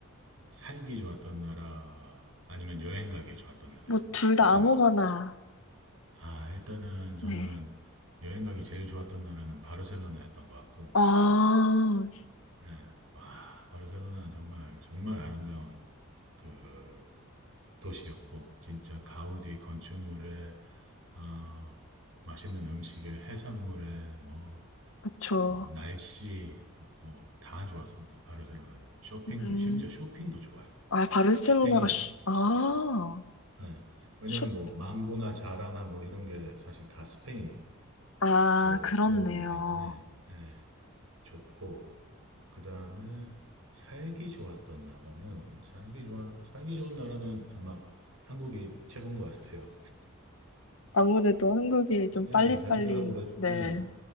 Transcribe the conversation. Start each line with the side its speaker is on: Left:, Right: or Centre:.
Right: 살기 좋았던 나라, 아니면 여행 가기 좋았던 나라요?
Left: 뭐 둘
Right: 어떤
Left: 다 아무거나.
Right: 게 좋아요? 아, 일단은 저는
Left: 네.
Right: 여행 가기 제일 좋았던 나라는 바르셀로나였던 것 같고,
Left: 아,
Right: 예. 와, 바르셀로나는 정말, 정말 아름다운 그 도시였고 진짜 가우디 건축물에 어, 맛있는 음식에 해산물에 뭐
Left: 그쵸.
Right: 어, 날씨 뭐 다 좋았습니다. 바르셀로나는 쇼핑도
Left: 음.
Right: 심지어 쇼핑도 좋아요.
Left: 아, 바르셀로나가
Right: 스페인
Left: 슈, 아,
Right: 네. 왜냐면
Left: 슈,
Right: 뭐 망고나 자라나 뭐 이런 게 사실 다 스페인
Left: 아,
Right: 쪽
Left: 그렇네요.
Right: 브랜드이기 때문에 예, 좋고 그 다음에 살기 좋았던 나라는 살기 좋아 살기 좋은 나라는 아마 한국이 최고인 것 같아요.
Left: 아무래도 한국이 좀
Right: 예,
Left: 빨리빨리,
Right: 자기 나라보다
Left: 네.
Right: 네,